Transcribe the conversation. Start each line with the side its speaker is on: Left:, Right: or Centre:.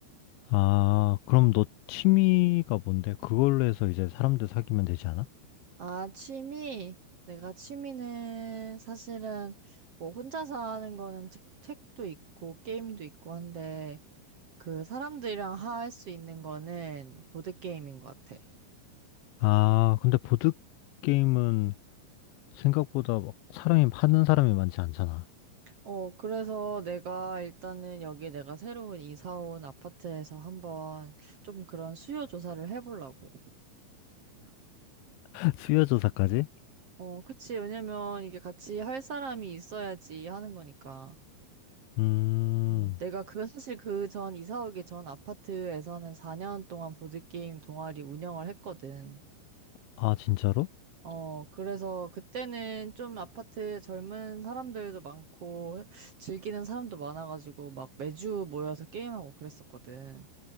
Left: 아, 그럼 너 취미가 뭔데? 그걸로 해서 이제 사람들 사귀면 되지 않아?
Right: 아, 취미? 내가 취미는 사실은 뭐 혼자서 하는 거는 책, 책도 있고 게임도 있고 한데 그 사람들이랑 할 수 있는 거는 보드게임인 것 같아.
Left: 아, 근데 보드게임은 생각보다 막 사람이, 하는 사람이 많지 않잖아.
Right: 어, 그래서 내가 일단은 여기 내가 새로운 이사 온 아파트에서 한번 좀 그런 수요 조사를 해보려고.
Left: <laughs> 수요조사까지?
Right: 어, 그치. 왜냐면 이게 같이 할 사람이 있어야지 하는 거니까.
Left: 음,
Right: 음, 내가 그 <laughs> 사실 그 전 이사 오기 전 아파트에서는 4년 동안 보드게임 동아리 운영을 했거든.
Left: 아, 진짜로?
Right: 어, 그래서 그때는 좀 아파트 젊은 사람들도 많고 즐기는 사람도 많아가지고 막 매주 모여서 게임하고 그랬었거든.